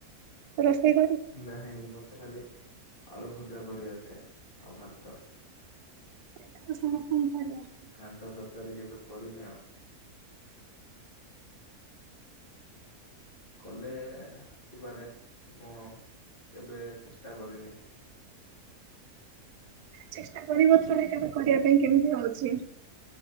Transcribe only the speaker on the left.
ନାହିଁ ମତେ ଖାଲି ଆଳୁ ଭଜା କରିଆସେ ଆଉ ଭାତ।
ଘାଣ୍ଟ ତରକାରୀ କେବେ କରିନି ଆଉ। କଲେ ଆସିପାରେ କଣ କେବେ ଚେଷ୍ଟା କରିନି।